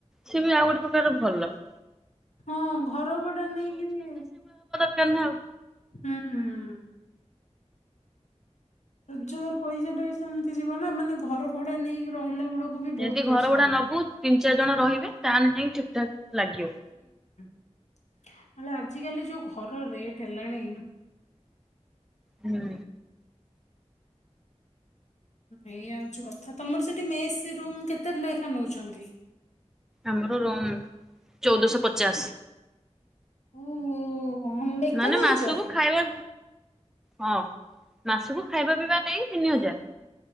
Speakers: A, in the centre; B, on the left (about 80°).
A: ସିଏ ବି ଆଉ ଗୋଟେ ପ୍ରକାରର ଭଲ ନାଇକି
B: ହଁ ଘର ଭଡା ନେଇକିରି
A: କାର ନାଁ ଆଉ।
B: ହୁଁ ହୁଁ। ରୋଜଗାର ପଇସା ଟା ବି ସେମିତି ଯିବ ନା ମାନେ ଘର ଭଡା ନେଇକି ରହିଲା ବେଳକୁ ବି
A: ଯଦି
B: ବହୁତ ପଇସା
A: ଘରଭଡା ନବୁ ତିନି ଚାରି ଜଣ ରହିବେ ତାହେଲେ ଯାଇ ଠିକ୍ ତା ଲାଗିବ।
B: ନହେଲେ ଆଜିକାଲି ଯୋଉ ଘର ରେଟ ହେଲାଣି
A: ହୁଁ।
B: ଏୟା ହଉଛି କଥା ତମର ସେଠି ମେସ୍ ରୁମ୍ କେତେ ଲେଖା ନଉଛନ୍ତି?
A: ଆମର ର ଚଉଦଶହ ପଚାଶ।
B: ହୁଁ ହୁଁ। ଓ ଏକା
A: ମାନେ
B: ରହୁଛ।
A: ମାସକୁ ଖାଇବା ହଁ ମାସକୁ ଖାଇବା ପିଇବା ନାଇଁ ତିନି ହଜାର